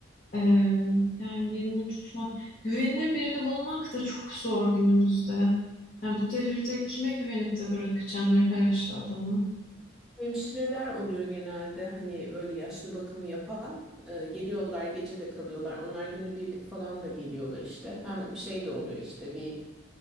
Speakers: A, on the left; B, in the centre.
A: Ee, yani birini tutmak, güvenilir birini bulmak da çok zor günümüzde. Yani bu devirde kime güvenip de bırakacağım yaşlı adamı?
B: Hemşireler oluyor genelde hani böyle yaşlı bakımı yapan Ee, geliyorlar gece de kalıyorlar onlar günübirlik falan da geliyorlar işte hem şey de oluyor işte bir